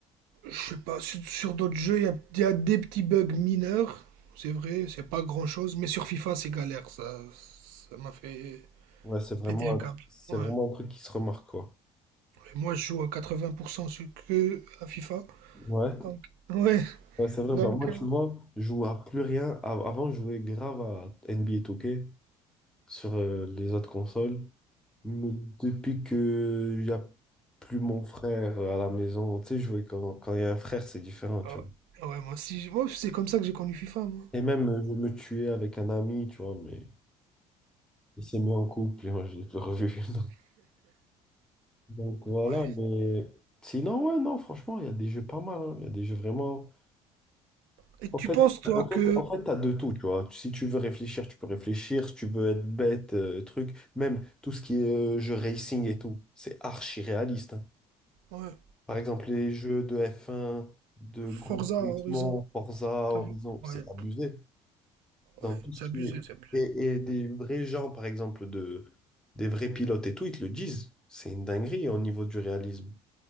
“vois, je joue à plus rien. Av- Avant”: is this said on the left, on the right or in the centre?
Centre